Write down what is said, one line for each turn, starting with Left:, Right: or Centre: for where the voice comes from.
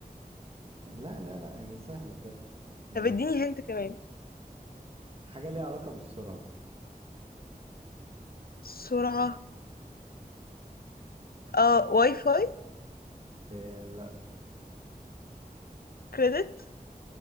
Right: <laughs> لا لا لا هي سهلة بجد يعني
Left: طب اديني هنت كمان
Right: حاجة ليها علاقة بالسرعة
Left: سرعة اه واي فاي
Right: إيه لا
Left: كريدت